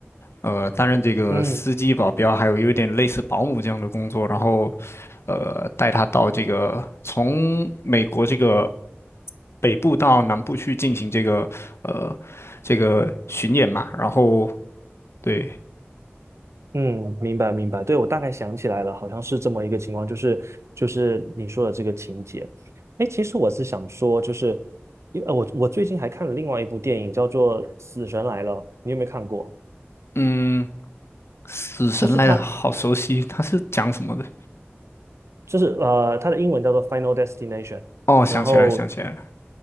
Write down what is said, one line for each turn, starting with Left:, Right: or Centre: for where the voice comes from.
Left: 呃，担任这个司机、
Right: 嗯
Left: 保镖，还有有点类似保姆这样的工作，然后，呃，带他到这个从美国这个北部到南部去进行这个呃这个巡演嘛，然后对，
Right: 嗯，明白明白，对，我大概想起来了，好像是这么一个情况，就是就是你说的这个情节。哎，其实我是想说，就是因为呃我我最近还看了另外一部电影，叫做《死神来了》，你有没有看过？
Left: 嗯，死神来了，
Right: 就是它
Left: 好熟悉，他是讲什么的？
Right: 就是呃，它的英文叫做《Final Destination》，
Left: 哦，想起来了，
Right: 然后
Left: 想起来了，